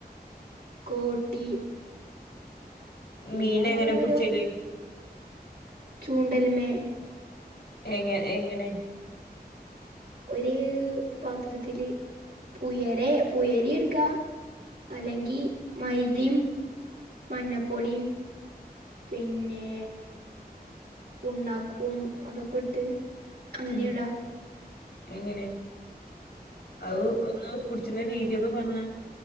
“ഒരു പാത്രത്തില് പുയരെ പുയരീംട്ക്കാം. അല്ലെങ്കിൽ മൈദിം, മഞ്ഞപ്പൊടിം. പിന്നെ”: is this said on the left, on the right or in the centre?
Right